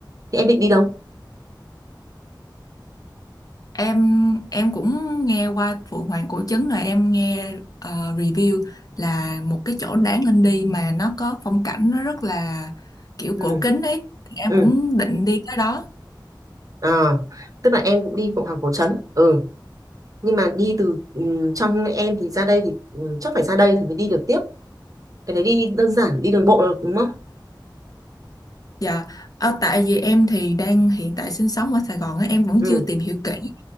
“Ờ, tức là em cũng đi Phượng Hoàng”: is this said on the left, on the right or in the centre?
Right